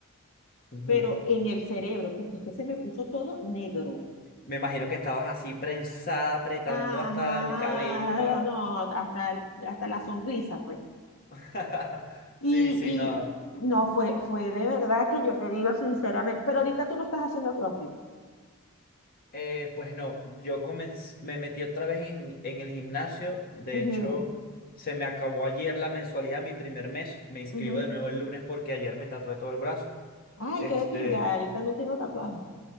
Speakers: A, on the left; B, on the left.
A: Ujú.
B: pero en el cerebro, porque es que se me puso todo negro.
A: Me imagino que estabas así prensada, apretando
B: Ajá,
A: hasta el cabello pa.
B: no, hasta, el- hasta la sonrisa, pues.
A: <laughs>
B: Y,
A: Sí, sí, no.
B: y no, fue, fue de verdad que yo te digo sinceramente, pero ahorita tú no estás haciendo CrossFit.
A: Eh, pues no, yo comencé, me metí otra vez en, en el gimnasio. De
B: Ujú,
A: hecho, se me acabó ayer la mensualidad, mi primer mes. Me inscribo
B: ujú.
A: de nuevo el lunes porque ayer me tatué todo el brazo.
B: Ay,
A: Este,
B: qué de pinga, yo también tengo tatuajes.